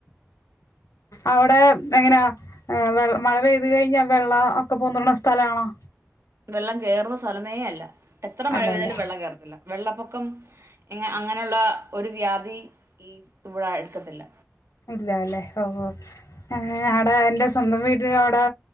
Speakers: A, on the left (about 85°); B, on the right (about 60°).
A: അവിടെ എങ്ങനാ മഴ പെയ്ത് കഴിഞ്ഞാ വെള്ള ഒക്കെ പൊന്തണ സ്ഥല ആണോ
B: വെള്ളം കേയറുന്ന സ്ഥലമേ അല്ല എത്ര മഴ
A: അല്ല
B: പെയ്താലും
A: അല്ലേ
B: വെള്ളം കേറത്തില്ല വെള്ളപ്പൊക്കം ഇങ്ങ അങ്ങനെയുള്ള ഒരു വ്യാധി ഈ ഇവിടെ അടുക്കത്തില്ല
A: ഇല്ല അല്ലേ ഓ <unintelligible> വ്ടെ എന്റെ സ്വന്തം വീടിൻ്റെ അവ്ടെ